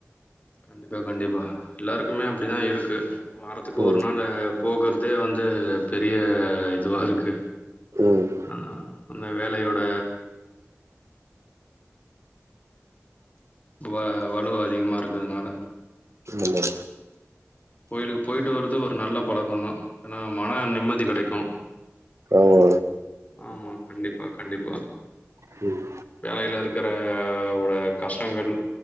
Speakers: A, on the left; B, on the right.
A: கண்டிப்பாக கண்டிப்பாக எல்லோருக்குமே அப்டி தான் இருக்கு வாரத்துக்கு
B: ம்
A: ஒரு நாள் போகுறதே வந்து பெரிய இதுவாக இருக்கு
B: ம்
A: ஆ அந்த வேலையோட வ வலுவ அதிகமா இருக்கறதுனால
B: உள்ள இல்ல
A: கோயிலுக்கு போய்ட்டு வருது ஒரு நல்ல பழக்கம் தான் ஆனா மன நிம்மதி கிடைக்கும்
B: ஆமா
A: ஆமா கண்டிப்பா கண்டிப்பா
B: ம்
A: வேலையில இருக்கிற ஓட கஷ்டங்கள்